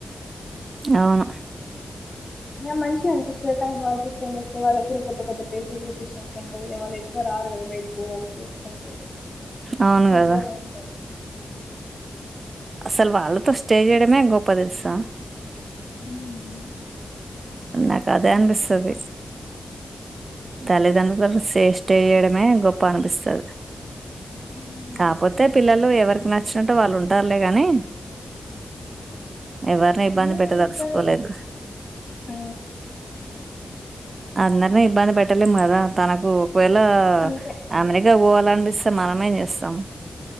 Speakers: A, on the right (about 55°); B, on the left (about 40°).
A: అవును
B: ఇక మంచిగా అనిపిస్తుంది వాళ్ళ చూస్తనిపిస్త వాళ్ళు కూడా కొత్త కొత్త ప్లేసెస్ చూపిస్తుంటా వాళు ఎక్కువ రారుగా బైటికి వాళ్ళు చూసుకుంటా
A: అవును
B: ఇంట్లో
A: కదా
B: నే ఉంటారు
A: అసలు వాళ్ళతో స్టే చేయడమే గొప్ప తెలుసా
B: ఉమ్.
A: అ కదే అనుపిస్తది తల్లిదండ్రుల సేస్ట చేయడమే గొప్ప అనిపిస్తది
B: ఉమ్.
A: కాపోతే పిల్లలు ఎవరికి నచ్చినట్టు వాళ్ళు ఉంట సర్లే కానీ ఎవరిని ఇబ్బంధ
B: నేను
A: పెట్టద
B: ఇంకా
A: స్కూలేదు
B: ఆ,
A: అందరినీ ఇబ్బంది పెట్టలేం కదా తనకు ఒకవేళ
B: అంతే
A: ఆమెరి పాలానిపిస్తే మనమే చేస్తాం